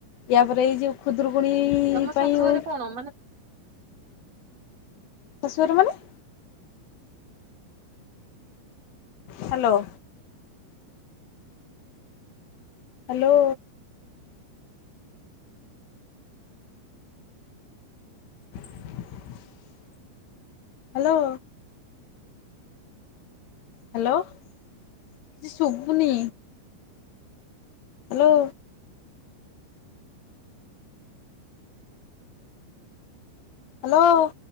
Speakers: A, on the left; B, on the right.
A: ୟା ପରେ ଏଇ ଯୋଉ ଖୁଦରୁକୁଣୀ
B: ତମ
A: ପାଇଁ
B: ଶାଶୁଘରେ
A: ହଉ।
B: କଣ ମାନେ?
A: ଶାଶୁଘର ମାନେ? ହ୍ୟାଲୋ। ହ୍ୟାଲୋ। <inaudible> ହ୍ୟାଲୋ। ହ୍ୟାଲୋ। କିଛି ଶୁଭୁନି। ହ୍ୟାଲୋ। ହ୍ୟାଲୋ।